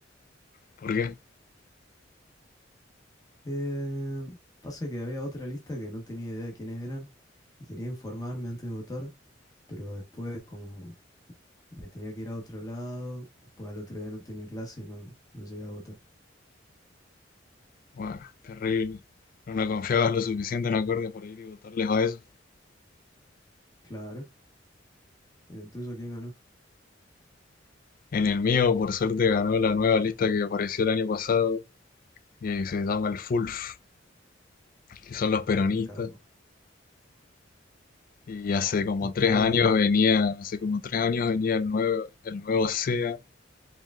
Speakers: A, on the left; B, on the left.
A: ¿Por qué?
B: Eh, pasa que había otra lista que no tenía idea de quiénes eran y quería informarme antes de votar, pero después como me tenía que ir a otro lado, después al otro día no tenía clase, no, no llegué a votar.
A: Buah, terrible. No me confiabas lo suficiente en acordes para ir y votarles a eso.
B: Claro, en el tuyo quién ganó,
A: En el mío, por suerte, ganó la nueva lista que apareció el año pasado y se llama el FULF, que son los peronistas.
B: qué capo.
A: Y hace como
B: Y
A: tres
B: qué
A: años venía, hace como tres años venía el nuevo, el nuevo SEA